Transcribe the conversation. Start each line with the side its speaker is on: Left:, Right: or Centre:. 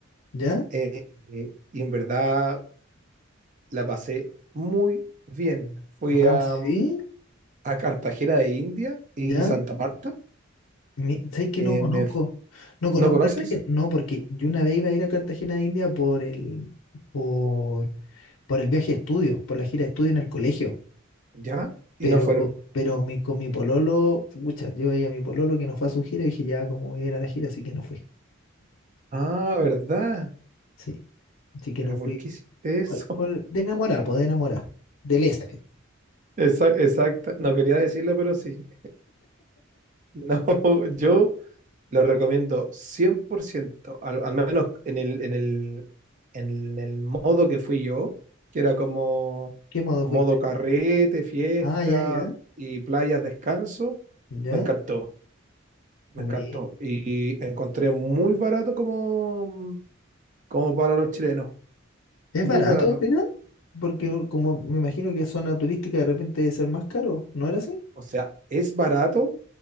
Left: ¿Ya?
Right: eh, eh, y en verdad la pasé muy bien. Fui
Left: Ah,
Right: a,
Left: sí,
Right: a Cartagena de India y
Left: ya.
Right: Santa Marta.
Left: Mi- ¿Sabes que
Right: eh,
Left: no conozco?
Right: me f-
Left: No conozco
Right: ¿no conoces?
Left: Cartagena. No, porque yo una vez iba a ir a Cartagena de India por el, por, por el viaje de estudio, por la gira de estudio en el colegio.
Right: Ya,
Left: Pero,
Right: y no fueron.
Left: co- pero mi, con mi pololo, pucha, yo veía a mi pololo que no fue a su gira y dije, ya, como voy a ir a la gira, así que no fui.
Right: Ah, ¿verdad?
Left: Sí, así que
Right: Pero
Left: no fui.
Right: ¿por qué hiciste eso?
Left: Por- por- de enamorada, pues de enamorada. De lesa.
Right: Esa- exacta. No quería decirlo, pero sí. No, <laughs> yo lo recomiendo 100% al, al menos en el, en el, en el modo que fui yo, que era como
Left: ¿Qué modo
Right: modo
Left: fuiste?
Right: carrete, fiesta
Left: Ah, ya, ya,
Right: y playas descanso.
Left: ya.
Right: Me encantó, me
Left: Mi-
Right: encantó. Y encontré muy barato como, como para los chilenos.
Left: ¿Es
Right: Muy
Left: barato
Right: barato.
Left: al final? Porque como me imagino que zona turística de repente debe ser más caro, ¿no era así?
Right: O sea, es barato